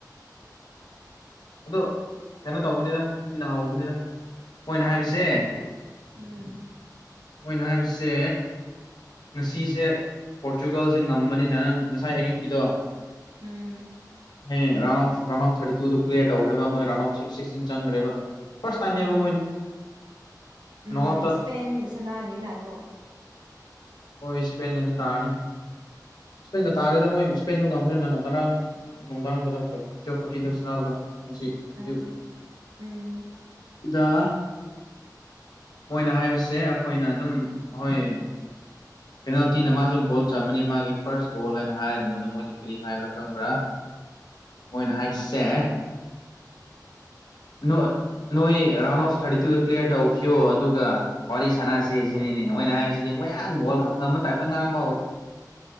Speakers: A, on the left (about 70°); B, on the right (about 80°).
A: ꯑꯗꯣ ꯀꯩꯅꯣ ꯇꯧꯕꯅꯤꯗ ꯃꯣꯏꯅ ꯍꯧꯕꯅꯤꯗ ꯃꯣꯏꯅ ꯍꯥꯏꯕꯁꯦ
B: ꯀꯔꯤ ꯎꯝ꯫
A: ꯃꯣꯏꯅ ꯍꯥꯏꯕꯁꯦ ꯉꯁꯤꯁꯦ ꯄꯣꯔꯇꯨꯒꯜꯁꯦ ꯉꯝꯕꯅꯤꯅ ꯅꯪ ꯉꯁꯥꯏ ꯑꯌꯨꯛꯀꯤꯗꯣ
B: ꯎꯝ꯫
A: ꯃꯣꯏ round of round of thirty ꯇꯨꯗꯨ ꯀ꯭ꯂꯤꯌꯥꯔ ꯇꯧꯈ꯭ꯔꯕ ꯃꯣꯏ ꯔꯟ ꯑꯣꯐ ꯁꯤꯛꯁꯇꯤꯡ ꯆꯪꯈ꯭ꯔꯦꯕ꯫ ꯐꯔꯁ ꯇꯥꯥꯝꯅꯦꯕ
B: ꯎꯝ
A: ꯃꯣꯏꯅ
B: ꯎꯝ
A: ꯅꯣꯡꯑꯥꯎꯠꯇ
B: ꯁꯄꯦꯟꯒ ꯁꯅꯥꯅꯤꯅ ꯑꯗꯣ꯫
A: ꯍꯣꯏ ꯁ꯭ꯄꯦꯟꯒꯗꯤ ꯇꯥꯔꯅꯤ ꯁ꯭ꯄꯦꯟꯒ ꯇꯥꯔꯦꯗ ꯃꯣꯏ ꯏꯁꯄꯦꯟꯁꯨ ꯉꯝꯈ꯭ꯔꯦꯅ ꯉꯔꯥꯡ ꯅꯨꯡꯗꯥꯡꯗꯔ ꯇꯨꯋꯦꯜꯚ ꯊꯔꯇꯤꯗ ꯁꯨꯅꯥꯅꯕꯗꯣ ꯉꯁꯤ ꯑꯌꯨꯛ꯫
B: ꯎꯝ ꯎꯝ
A: ꯗꯥ ꯃꯣꯏꯅ ꯍꯥꯏꯕꯁꯦ ꯑꯈꯣꯏꯅ ꯑꯗꯨꯝ ꯍꯣꯏ ꯄꯦꯅꯥꯜꯇꯤꯅ ꯃꯥꯁꯨ ꯒꯣꯜ ꯆꯥꯟꯃꯅꯤ ꯃꯥꯒꯤ ꯐꯥꯔꯁ ꯒꯣꯜ ꯍꯥꯏꯅ ꯍꯥꯏꯔꯝꯕꯗ ꯃꯣꯏꯅꯤ ꯀꯔꯤ ꯍꯥꯏꯕ꯭ꯔꯥ ꯈꯪꯕ꯭ꯔꯥ꯫ ꯃꯣꯏꯅ ꯍꯥꯏꯕꯁꯦ
B: <inaudible>
A: ꯅꯣꯏ ꯅꫭꯏ ꯔꯥꯎꯟ ꯑꯣꯐ ꯊꯥꯔꯇꯤ ꯇꯨꯗ ꯀ꯭ꯂꯤꯌꯥꯔ ꯇꯧꯈꯤꯕꯌꯣ ꯑꯗꯨꯒ ꯋꯥꯔꯤ ꯁꯅꯥꯁꯦ ꯁꯤꯅꯤꯅꯦ꯫ ꯃꯣꯏꯅ ꯍꯥꯏꯕꯁꯤꯗꯤ ꯃꯣꯏ ꯑꯥꯡ ꯋꯥꯜ ꯀꯞ ꯉꯝꯕ ꯇꯥꯏꯞꯇ ꯉꯥꯡꯕ ꯍꯧ